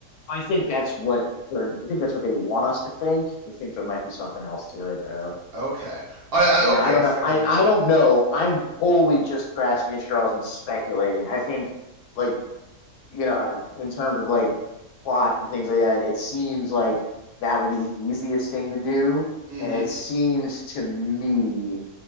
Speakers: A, on the left; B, on the right.
A: I think that's what they're, I think that's what they want us to think. I think there might be something else to it, though.
B: <laughs> okay. I, I
A: I mean,
B: okay,
A: I don't
B: fair
A: know. I,
B: enough.
A: I don't know. I'm wholly just grasping at straws and speculating. I think, like, you know, in terms of like plot and things like that, it seems like that would be the easiest thing to do.
B: Mhm.
A: And it seems to me